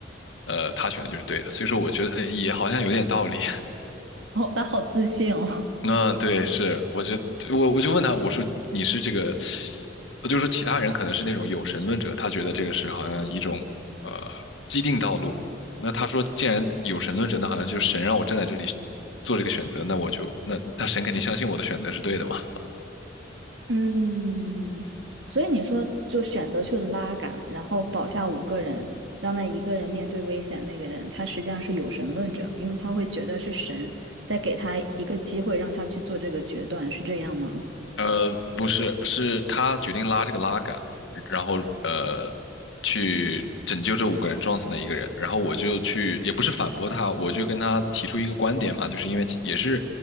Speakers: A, on the left (about 70°); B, on the right (about 70°).
A: 呃他选的就是对的，所以说我觉得呃也好像有点道理。
B: 哦，他好自信哦。
A: 那对，是，我就我我就问他，我说你是这个，我就说其他人可能是那种有神论者，他觉得这个是好像一种呃既定道路。那他说，既然有神论者，那好像就是神让我站在这里做这个选择，那我就那他神肯定相信我的选择是对的嘛。
B: 嗯，所以你说就选择去拉杆，然后保下五个人，让那一个人面对危险，那个人他实际上是有神论者，因为他会觉得是神在给他一个机会，让他去做这个决断，是这样吗？
A: 呃，不是，是他决定拉这个拉杆，然后呃，去拯救这五个人撞死那一个人。然后我就去，也不是反驳他，我就跟他提出一个观点嘛，就是因为其也是